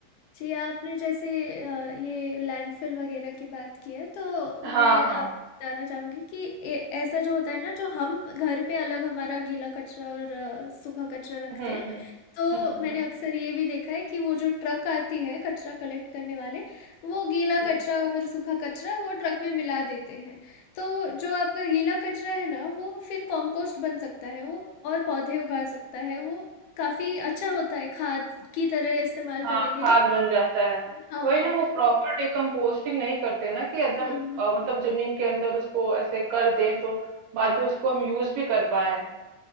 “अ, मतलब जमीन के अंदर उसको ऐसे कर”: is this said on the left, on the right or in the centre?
Right